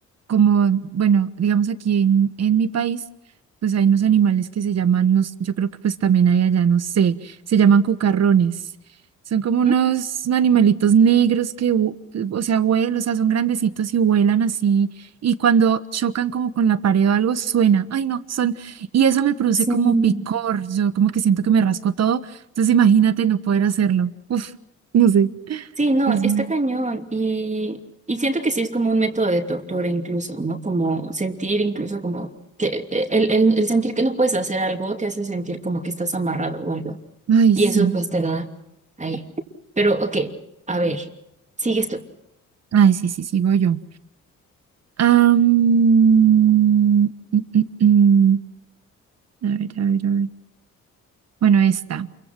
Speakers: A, on the right; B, on the right.
A: como, bueno, digamos aquí en, en mi país, pues hay unos animales que se llaman, no s- yo creo que pues también hay allá, no sé, se llaman cucarrones. Son como unos
B: ujú.
A: animalitos negros que, vu- o sea, vuelan, o sea, son grandecitos y vuelan así, y cuando chocan como con la pared o algo suena, ay no, son, y eso me produce
B: Sí.
A: como picor, yo como que siento que me rasco todo entonces imagínate no poder hacerlo. Uf, No sé.
B: Sí, no,
A: es
B: está
A: muy...
B: cañón y, y siento que sí es como un método de tortura incluso, ¿no? Como sentir incluso como que eh, el, el- el sentir que no puedes hacer algo te hace sentir como que estás amarrado o algo.
A: Ay,
B: Y
A: sí.
B: eso Mm. pues te da ahí. Pero ok, a ver, sigues tú.
A: Ay, sí, sí, sigo yo. Am, mm, mm, mm. A ver, a ver, a ver. Bueno, esta.